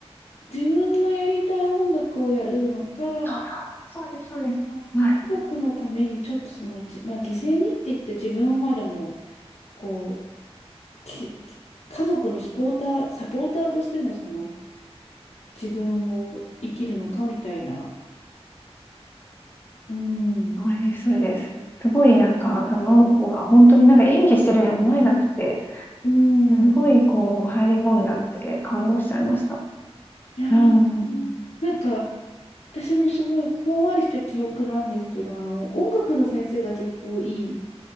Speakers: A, on the left; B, on the left.
A: 自分のやりたい音楽をやるのか、
B: うそう、そうです、そうです。
A: あ家族のためにちょっとその、
B: はい。
A: じまあ、犠牲にって言って自分をまあでもこうき家族のスポーターサポーターとしてのその自分を生きるのかみたいな。うん。
B: それです、それです。すごいなんか、あの子が本当になんか演技してるように思えなくて、
A: うん。
B: すごいこう入り込んじゃって感動しちゃいました。
A: いやー、
B: うん。
A: うんなんか私もすごいほんわりした記憶なんですけど、あの音楽の先生が結構いい